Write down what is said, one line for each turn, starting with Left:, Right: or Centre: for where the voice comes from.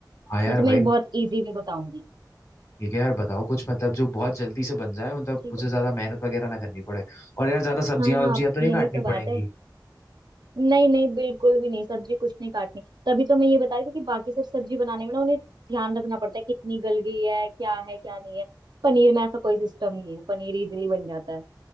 Left: हाँ यार
Right: मैं तुम्हें
Left: वही
Right: एक बहुत इजी वे बताऊंगी
Left: ठीक है यार बताओ कुछ मतलब जो बहुत जल्दी से बन जाए मतलब
Right: ठीक
Left: मुझे
Right: है
Left: ज्यादा मेहनत वगैरह ना करनी पड़े और यार ज्यादा
Right: हाँ
Left: सब्जियां वब्जियां तो नहीं
Right: यही
Left: काटनी
Right: तो बात
Left: पड़ेंगी
Right: है नहीं नहीं बिल्कुल भी नहीं सब्जी कुछ नहीं काटनी तभी तो मैं ये बता रही थी कि बाकी सब सब्जी बनाने में ना उन्हें ध्यान रखना पड़ता है कितनी गल गई है क्या है क्या नहीं है पनीर में ऐसा कोई सिस्टम नहीं है पनीर इजीली बन जाता है